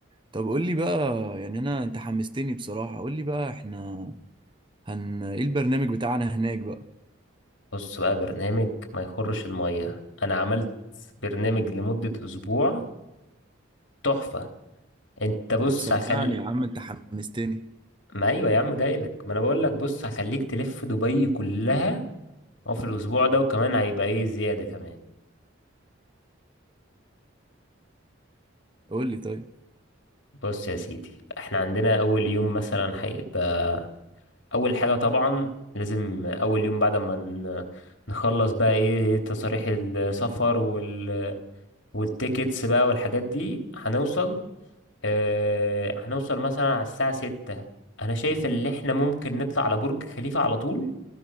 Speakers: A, on the right; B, on the left.
A: طب قول لي بقى يعني أنا أنت حمستني بصراحة قول لي بقى إحنا هن إيه البرنامج بتاعنا هناك بقى
B: بص بقى برنامج ما يخرش الميه انا عملت برنامج لمده اسبوع تحفه انت بص
A: طب سمعني
B: هخل
A: يا عم أنت حمستني
B: ما ايوه يا عم جاي لك ما انا بقول لك بص هخليك تلف دبي كلها هو في الأسبوع ده وكمان هيبقى إيه زيادة كمان
A: قول لي طيب
B: بص يا سيدي إحنا عندنا أول يوم مثلا هيبقى أول حاجة طبعا لازم أول يوم بعد ما ن- نخلص بقى إيه تصاريح السفر وال... والتيكتس بقى والحاجات دي هنوصل آه... هنوصل مثلا على الساعة ستة أنا شايف إن إحنا ممكن نطلع على برج خليفة على طول